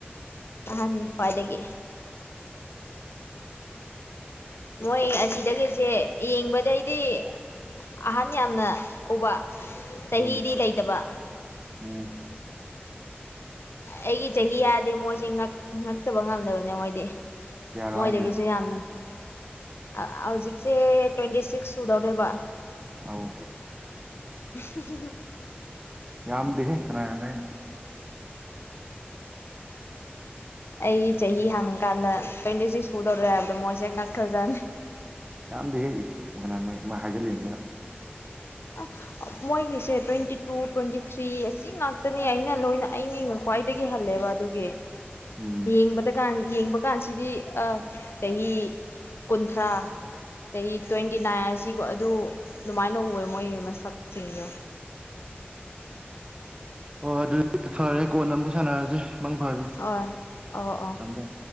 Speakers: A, on the left; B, on the right.
A: ꯑꯍꯟꯅꯤ ꯈ꯭ꯋꯥꯏꯗꯒꯤ ꯃꯣꯏ ꯑꯁꯤꯗꯒꯤꯁꯦ ꯌꯦꯡꯕꯗꯩꯗꯤ ꯑꯍꯟ ꯌꯥꯝꯅ ꯎꯕ ꯆꯍꯤꯗꯤ
B: ꯎꯝ
A: ꯂꯩꯇꯕ
B: ꯎꯝ
A: ꯑꯩꯒꯤ ꯆꯍꯤ ꯌꯥꯗꯦ ꯃꯣꯏꯁꯦ ꯉꯛ ꯉꯛꯇꯕ ꯉꯝꯗꯕꯅꯦ ꯃꯣꯏꯗꯤ
B: ꯀꯌꯥꯅꯣ
A: ꯃꯣꯏꯗꯒꯤꯁꯨ
B: ꯍꯥꯏꯁꯦ
A: ꯌꯥꯝꯅ ꯑ ꯍꯧꯖꯤꯛꯁꯦ ꯇ꯭ꯋꯦꯟꯇꯤ ꯁꯤꯛꯁ ꯁꯨꯗꯧꯔꯦꯕ
B: ꯑꯥꯎ
A: ꯎ <unintelligible>
B: ꯌꯥꯝꯗꯦꯍꯦ ꯀꯅꯥꯅ ꯍꯥꯏꯅꯣ
A: ꯑꯩ ꯆꯍꯤ ꯍꯪꯀꯥꯟꯗ ꯇ꯭ꯋꯦꯟꯇꯤ ꯁꯤꯛꯁ ꯁꯨꯗꯧꯔꯦ ꯍꯥꯏꯕꯗꯣ ꯃꯣꯏꯁꯦ ꯉꯛꯈ꯭ꯔꯖꯥꯠꯅꯤ
B: ꯌꯥꯝꯗꯦꯍꯦ ꯏꯁ ꯀꯅꯥꯅ ꯃꯣꯏ ꯃꯣꯏꯍꯥꯢꯖꯤꯟꯂꯤꯅꯤ ꯃꯣꯏꯅ
A: ꯑꯥ ꯃꯣꯏꯒꯤꯁꯦ ꯇ꯭ꯋꯦꯟꯇꯤ ꯇꯨ ꯇ꯭ꯋꯦꯟꯇꯤ ꯊ꯭ꯔꯤ ꯑꯁꯤ ꯉꯥꯛꯇꯅꯦ ꯑꯩꯅ ꯂꯣꯏꯅ ꯑꯩꯅꯤꯡ ꯈ꯭ꯋꯥꯏꯗꯒꯤ ꯍꯜꯂꯦꯕ ꯑꯗꯨꯒꯤ
B: ꯎꯝ
A: ꯌꯦꯡꯕꯗ ꯀꯥꯟ ꯌꯦꯡꯕ ꯀꯥꯟꯁꯤꯗꯤ ꯑ ꯆꯍꯤ ꯀꯨꯟꯊ꯭ꯔꯥ ꯆꯍꯤ ꯇ꯭ꯋꯦꯟꯇꯤ ꯅꯥꯏꯟ ꯑꯁꯤꯀꯣ ꯑꯗꯨ ꯑꯗꯨꯃꯥꯏꯅ ꯎꯑꯦ ꯃꯣꯏꯒꯤ ꯃꯁꯛꯁꯤꯡꯗꯣ
B: ꯍꯣꯏ ꯑꯗꯨꯗꯤ ꯐꯔꯦ ꯀꯣꯟꯅ ꯑꯃꯨꯛ ꯁꯥꯟꯅꯔꯁꯦ ꯃꯪ ꯐꯔꯁꯦ
A: ꯑꯣꯏ ꯑꯧ ꯑꯧ
B: ꯊꯝꯕꯣ